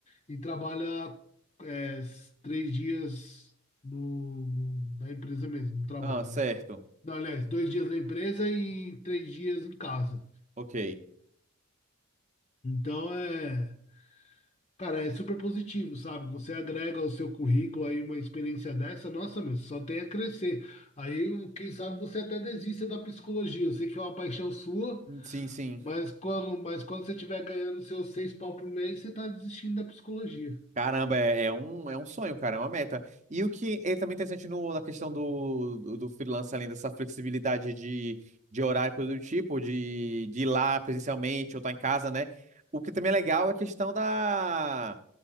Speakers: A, on the left; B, on the right.
A: e trabalha, é, s- três dias no, no- na empresa mesmo, no trabalho,
B: Ah, certo.
A: né? Não, aliás, dois dias na empresa e três dias em casa.
B: Ok.
A: Então é, cara, é super positivo, sabe? Você agrega ao seu currículo aí uma experiência dessa, nossa, meu, só tem a crescer. Aí, um, quem sabe você até desista da psicologia. Eu sei que é uma paixão sua,
B: Sim, sim.
A: mas quando, mas quando você estiver ganhando seus seis pau por mês, você tá desistindo da psicologia.
B: Caramba, é, é um, é um sonho, cara, é uma meta. E o que é também interessante no, na questão do, do, do freelance, além dessa flexibilidade de, de horário, coisa do tipo, de, de ir lá presencialmente ou estar em casa, né? O que também é legal é a questão da